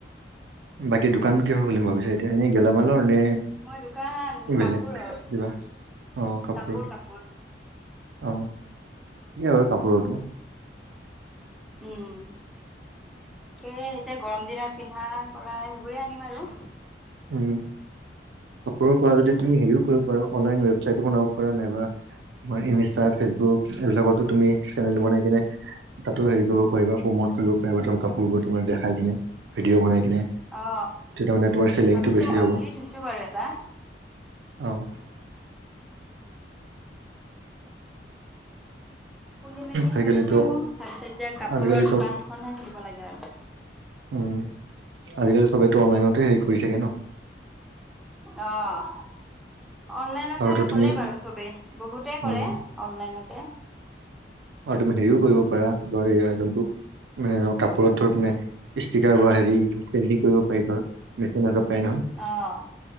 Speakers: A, on the right; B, in the centre.
A: বাকী দোকান কিহৰ খুলিম ভাবিছ এতিয়া এনেই গেলামালৰ নে?
B: মই দোকান
A: বেলেগ
B: কাপোৰৰ
A: কিবা অহ, কাপোৰৰ।
B: কাপোৰ কাপোৰ
A: অহ কেই কাপোৰটো।
B: উম তাকে এতিয়া গৰম দিনত পিন্ধা কৰা সেইবোৰে আনিম আৰু
A: উম, কাপোৰৰ পৰা যদি তুমি হেৰিও কৰিব পাৰা অনলাইন ৱেবছাইটো বনাব পাৰা নাইবা। তোমাৰ ইনষ্টা ফেচবুক এইবিলাকতো তুমি চেনেল বনাই কিনে। তাতো হেৰি কৰিব পাৰিবা প্ৰমোট কৰিব পাৰিবা ত কাপোৰবোৰ তো দেখাই কিনে ভিডিঅ' বনাই কিনে।
B: অ
A: তেতিয়া মানে তোমাৰ চেলিংটো
B: ভাবিছো
A: বেছি
B: মই
A: হ'ব
B: পুলি থৈছো বাৰু এটা।
A: অহ
B: খুলি মেলি
A: আজিকালিতো
B: থৈ দিছো তাৰপিছত এতিয়া কাপোৰৰ
A: আজিকালি
B: দোকানখনহে
A: চব
B: খুলিব লাগে আৰু
A: উম আজিকালি চবেইতো অনলাইনতে হেৰি কৰি থাকে ন।
B: আহ। অনলাইনতে
A: আৰু ধৰ
B: কৰে
A: তুমি
B: বাৰু চবেই বহুতে
A: উম
B: কৰে অনলাইনতে।
A: আৰু তুমি হেৰিও কৰিব পাৰা ধৰ এই আয়োজনতোক মানে ধ কাপোৰত ধৰ মানে ষ্টিকাৰ বা হেৰি পেইণ্টিং কৰিব পাৰি, ধৰ মেচিন আগত পাই নহয়।
B: অ'।